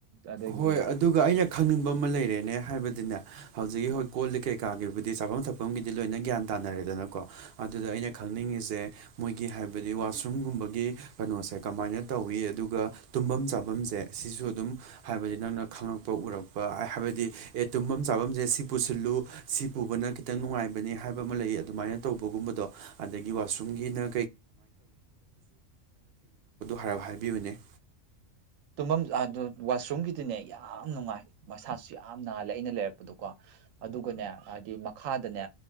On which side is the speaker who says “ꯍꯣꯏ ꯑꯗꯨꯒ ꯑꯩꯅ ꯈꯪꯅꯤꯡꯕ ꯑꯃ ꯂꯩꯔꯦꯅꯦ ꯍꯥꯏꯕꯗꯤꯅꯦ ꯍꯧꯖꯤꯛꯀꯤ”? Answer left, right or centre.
Right